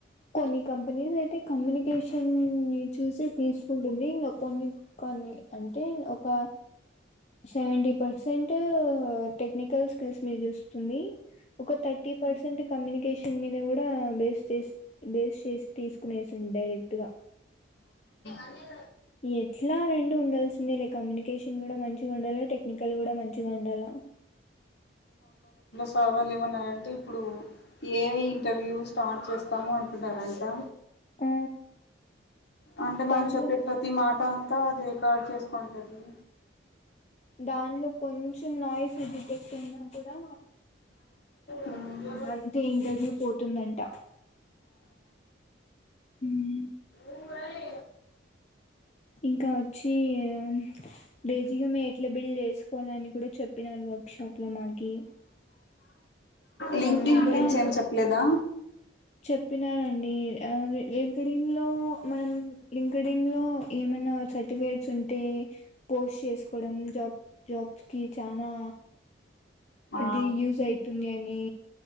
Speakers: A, on the left; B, on the left.
A: కొన్ని కంపెనీస్ అయితే కమ్యూనికేషన్ ని చూసి తీసుకుంటుంది ఇంకా కొన్ని కొన్ని అంటే ఒక సెవెంటీ పర్సెంటూ టెక్నికల్ స్కిల్స్ నీ చూస్తుంది. ఒక థర్టీ పర్సెంట్ కమ్యూనికేష న్ని కూడా బేస్ చేస్ బేస్ చేసి తీసుకునేసింది డైరెక్ట్ గా.
B: అదే
A: ఎట్లా రెండు ఉండాల్సిందేలే కమ్యూనికేషన్ కూడా మంచి టు ఉండాలా, టెక్నికల్ కూడా మంచిగ ఉండాలా.
B: పవర్లు ఏమన్నారంటే ఇప్పుడు ఏ ఇంటర్వ్యూ స్టార్ట్ చేస్తామో అంటున్నారంటా
A: ఆ
B: అంటే మనం
A: దాంట్లో
B: చెప్పే ప్రతి మాట అంతా అది రికార్డ్ చేసుకుంటది.
A: దాన్లో కొంచెం నాయిస్ డిటెక్ట్ అయినా కూడా
B: మ్మ్
A: అయితే ఇంటర్వ్యూ పోతుందంట మ్మ్.
B: ఉంగనే
A: ఇంకా ఒచ్చీ మ్మ్ డేస్యుమ్ ఎట్లా బిల్డ్ చేసుకోలని కూడా చెప్పినరు వర్క్షాప్ లో మాకి.
B: లింక్డిన్
A: ఆ అంతా
B: గురించి ఏం చెప్పలేదా?
A: చెప్పినారండి ఆ లింక్డిన్ లో మనం లింక్డిన్ లో ఏమైనా సర్టిఫికేట్స్ ఉంటే పోస్ట్ చేసుకోవడం జాబ్ జాబ్ కి చానా
B: ఆ
A: ఇదీ యూజ్ అయితుందనీ